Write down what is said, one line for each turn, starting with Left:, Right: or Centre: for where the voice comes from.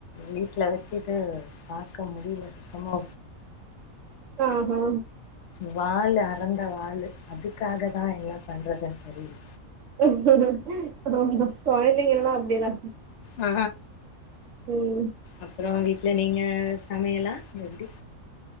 Left: வீட்ல வச்சுட்டு பாக்க முடியல சுத்தமா
Right: ஆ ஆ
Left: வாள் அறந்த வாள் அதுக்காக தா என்ன பண்றதுன்னு தெரியல
Right: ஆ கொழந்தைங்கல்லா அப்டிதா
Left: ஆ
Right: ம்
Left: அப்ற இல்ல நீங்க சமையலா எப்டி